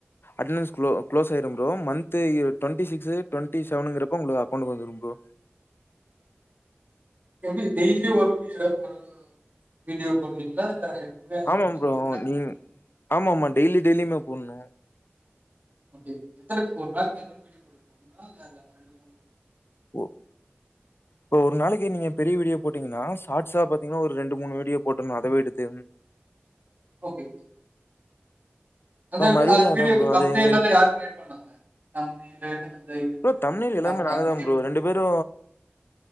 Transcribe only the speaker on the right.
எப்டி டெய்லியு ஒரு ஒரு வீடியோ போட்ரீங்களா இல்ல எப்பவுமே அதுக்கு
எதனா
பிளான்
பண்ணி
ஓகே எத்தன ஒரு நாளக்கு எத்தன வீடியோ போடுவிங்க ஒன்னா இல்ல ரெண்டு மூணு
ஓகே
அந்த
அந்த
வீடியோக்கு
தமிழு
எல்லா யாரு க்ரியேட் பண்ணாங்க தமிழு அந்த இதுக்கு
அததுல்லா
யா
நீங்க
பா